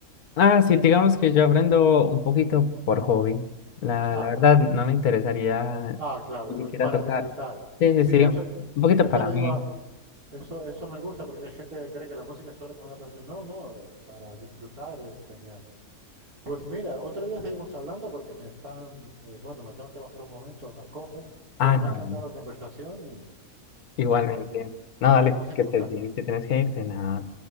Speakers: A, on the left; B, on the right.
A: Ah, sí, digamos que yo aprendo un poquito por hobby. La,
B: Ah,
A: la verdad,
B: claro.
A: no me interesaría
B: Ah, claro,
A: ni
B: pues
A: siquiera
B: para
A: tocar.
B: disfrutar.
A: Sí,
B: Sí,
A: sí, sí,
B: eso,
A: un poquito
B: eso
A: para
B: le
A: mí.
B: digo a, eso, eso me gusta porque hay gente que cree que la música es solo como una profesión. No, no, eh, para disfrutar es genial. Pues mira, otro día seguimos hablando porque me están, eh, bueno, me tengo que bajar un momento a unas cosas, pero
A: Ah, no,
B: me ha encantado
A: dale,
B: la conversación y,
A: igualmente.
B: y que sí,
A: No,
B: seguimos
A: dale,
B: en
A: que
B: contacto.
A: estés bien, que tienes que irte, nada,